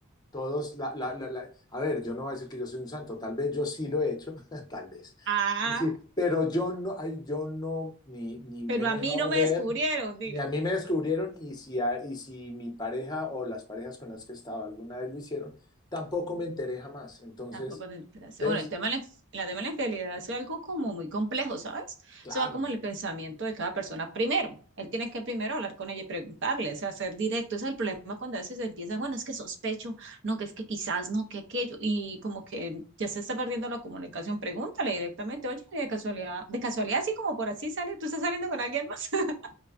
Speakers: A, on the left; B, on the right.
A: todos, la, la, la, la- a ver, yo no voy a decir que yo soy un santo, tal vez yo sí lo he hecho, <laughs> tal vez,
B: Ah,
A: sí, pero yo no, ay, yo no, ni, ni me
B: pero
A: he
B: a
A: dejado
B: mí no me
A: ver,
B: descubrieron,
A: ni a mí me descubrieron, y si, a- y si mi pareja o las parejas con las que he estado alguna vez lo hicieron, tampoco me enteré jamás. Entonces,
B: Tampoco te interesa.
A: ¿ves?
B: Bueno, el tema de la, inf- la tema de la infidelidad es algo como muy complejo, ¿sabes?
A: Claro,
B: Eso va como en el pensamiento de cada persona. Primero, él tiene que primero hablar con ella y preguntarle, o sea, ser directo. Ese es el problema cuando a veces empieza, bueno, es que sospecho, no, que es que quizás, no, que aquello, y como que ya se está perdiendo la comunicación. Pregúntale directamente, oye, de casualidad, de casualidad, así como por así sale, tú estás saliendo con alguien más. <laughs>